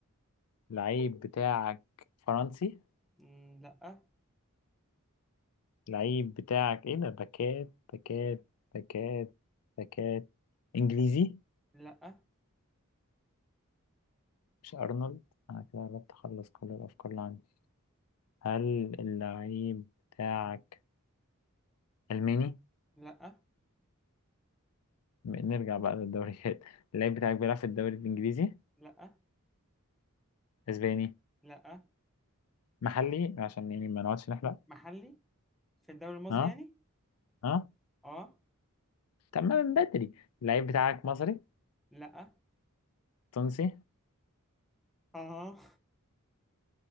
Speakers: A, on the left; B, in the centre.
A: لعيب بتاعك فرنسي
B: مم، لا
A: لعيب بتاعك ايه ده باكات باكات باكات باكات انجليزي
B: لا
A: مش ارنولد انا كده قربت اخلص كل الافكار اللي عندي هل اللعيب بتاعك الماني
B: لا
A: م- نرجع بقى للدوريات <laughs> اللعيب بتاعك بيلعب في الدوري الانجليزي
B: لا
A: اسباني
B: لا
A: محلي عشان يعني ما نقعدش نحرق
B: محلي في الدوري المصري
A: ها
B: يعني
A: ها
B: اه
A: تمام من بدري اللعيب بتاعك مصري
B: لا
A: تونسي
B: اه